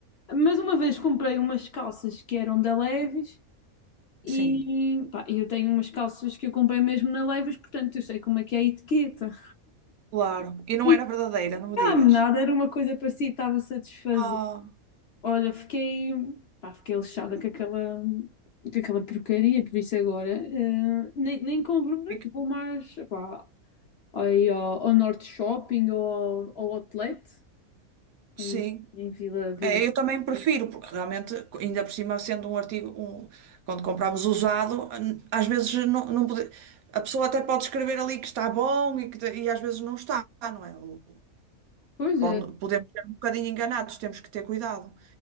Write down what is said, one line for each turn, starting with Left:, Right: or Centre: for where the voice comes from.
Left: Mas uma vez comprei umas calças que eram da Levi's. E
Right: Sim,
Left: pá, eu tenho umas calças que eu comprei mesmo na Levi's, portanto eu sei como é que é a etiqueta.
Right: claro. E não
Left: E
Right: era verdadeira, não me
Left: cá
Right: digas.
Left: nada, era uma coisa parecida, estava-se a desfazer.
Right: Ah,
Left: Olha, fiquei, pá, fiquei lixada com aquela, com aquela porcaria, por isso agora eh, nem, nem compro muito,
Right: fico-
Left: vou mais pá, aí ao, ao Norte Shopping ou ao, ao Outlet
Right: sim.
Left: em, em Vila, Vila.
Right: É, eu também prefiro, porque realmente, ainda por cima, sendo um artigo, um- quando compramos usado, n- às vezes não, não pode- a pessoa até pode escrever ali que está bom e, que, te- e às vezes não está, não é? Ou
Left: Pois
Right: pode-
Left: é,
Right: podemos ser um bocadinho enganados, temos que ter cuidado.